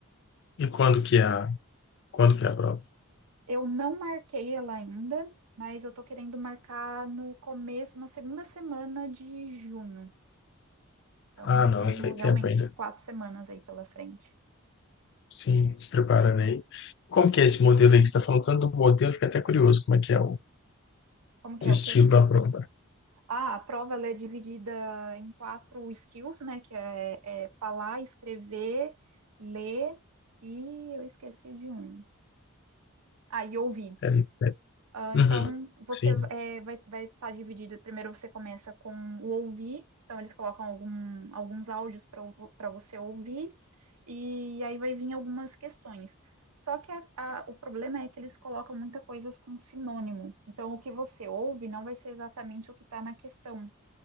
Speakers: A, on the left; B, on the right.
A: E quando que é a, quando que é a prova?
B: Eu não marquei ela ainda, mas eu tô querendo marcar no começo, na segunda semana de junho. Então
A: Ah,
B: eu
A: não,
B: tenho
A: aí tem
B: realmente
A: tempo ainda.
B: quatro semanas aí pela frente.
A: Sim, se preparando aí. Como que é esse modelo aí que você está falando? Tanto do modelo, fiquei até curioso como é que é o,
B: Como que
A: o
B: é
A: estilo
B: o quê?
A: da prova.
B: Ah, a prova ela é dividida em quatro skills, né? Que é, é falar, escrever, ler e eu esqueci de um. Ah, e ouvir.
A: É, é.
B: Ah,
A: Uhum.
B: então, você
A: Sim.
B: é, vai vai estar dividido. Primeiro você começa com o ouvir, então eles colocam algum- alguns áudios para você ouvir, e aí vai vir algumas questões. Só que a- a- o problema é que eles colocam muita coisas com sinônimo. Então, o que você ouve não vai ser exatamente o que está na questão.